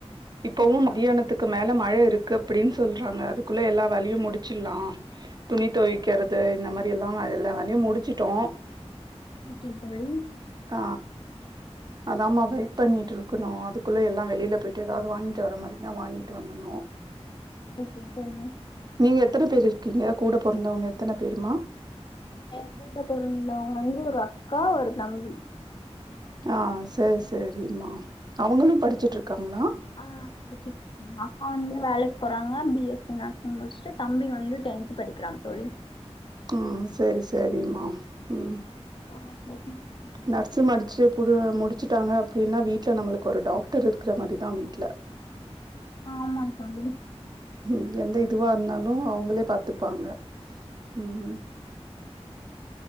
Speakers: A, on the right; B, on the left.
A: இப்பவும்
B: ஓகே
A: மதியானத்துக்கு
B: தோழி
A: மேல மழ இருக்கு அப்படின் சொல்றாங்க அதுக்குள்ள எல்லா வேலயு முடிச்சிர்லாம் துணி துவைக்கறது இந்த மாரி எல்லா அதெல்லா வேலையு முடிச்சிட்டோம்
B: ஓகே தோழி
A: ஆ அதாம வெயிட் பண்ணிட்டு இருக்கணும் அதுக்குள்ள எல்லா வெளியில போயிட்டு ஏதாது வாங்கிட்டு வர மாரி இருந்தா வாங்கிட்டு வந்தரனும்
B: ஓகே தோழி
A: நீங்க எத்தன பேரு இருக்கீங்க கூட பொறந்தவங்க எத்தன பேருமா
B: என் கூட பொறந்தவங்க வந்து ஒரு அக்கா ஒரு தம்பி
A: ஆ சரி சரிம்மா அவங்களும் படிச்சிட்டுருக்காங்களா
B: ஆ அடிச்சி அக்கா வந்து வேலைக்கு போறாங்க பி எஸ் சி நர்சிங் முடிச்சிட்டு தம்பி வந்து டென்த் படிக்கிறா தோழி
A: ம் சரி சரிமா ம்
B: ஆ சரிங்க
A: நர்சு மடிச்சி புரு முடிச்சிடாங்க அப்படின்னா வீட்ல நம்மளுக்கு ஒரு டாக்டர் இருக்கிற மாரிதா வீட்ல
B: ஆமாங்க தோழி
A: ம் எந்த இதுவா இருந்தாலு அவங்களே பாத்துப்பாங்க ம் ம்